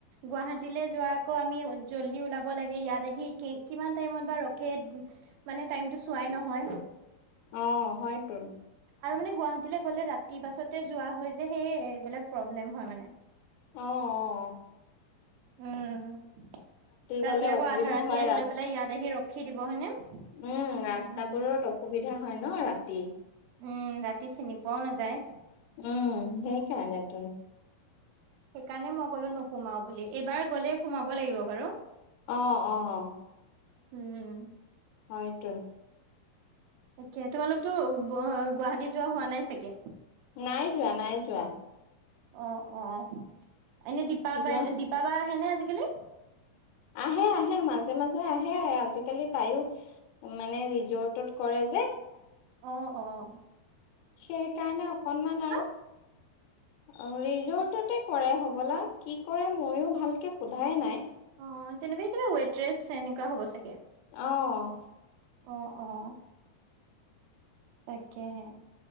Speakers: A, on the right (about 80°); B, on the left (about 85°).
A: গুৱাহাটীলৈ যোৱা আকৌ আমি জল্দি উওলাব লাগে ইয়াত আহি কিমান টাইমত বা ৰখে। মানে টাইমটো চোৱাই নহয়।
B: অঁ হয়তোন।
A: আৰু মানে গুৱাহাটীলৈ গলে ৰাতি পাছতে যোৱা হয় যে সেই এইবিলাক প্ৰব্লেম হয় মানে।
B: অঁ অঁ! অহ।
A: উমঁ ৰাতি
B: গলে
A: আকৌ
B: অসুবিধা
A: আধা ৰাতি
B: হয়
A: আহি লৈ পেলাই ইয়াত আহি ৰখি দিব হয়নে?
B: উমঁ ৰাস্তাবোৰত
A: উম,
B: অসুবিধা হয় ন ৰাতি।
A: উমঁ ৰাতি চিনি পোৱাও নাযায়।
B: উমঁ সেইকাৰণে টোন।
A: সেইকাৰণে মই ক'লো নোসোমাও বুলি এইবাৰ গ'লে সোমাব লাগিব বাৰু।
B: অঁ অঁ!
A: উমঁ!
B: হয় টোন!
A: তাকে তোমালোকতো গুৱাহাটী যোৱা হোৱা নাই চাগে।
B: নাই যোৱা নাই যোৱা।
A: অঁ অঁ এনে দিপাবাৰীত
B: যোৱা
A: দীপাবা আহেনে আজিকালি?
B: আহে আহে মাজে মাজে আহে আহে আজিকালি তায়ো মানে ৰিজোৰ্টত কৰে যে।
A: অঁ অঁ!
B: সেইকাৰণে অকনমান আৰু।
A: <inaudible>
B: অঁ ৰিজোৰ্টতে কৰে হবলা কি কৰে ময়ো ভালকে সোধাই নাই।
A: অঁ তেনেকুৱা কিবা ৱেটৰেচ এনেকুৱা হ'ব চাগে।
B: অঁ!
A: অঁ অঁ! তাকেহে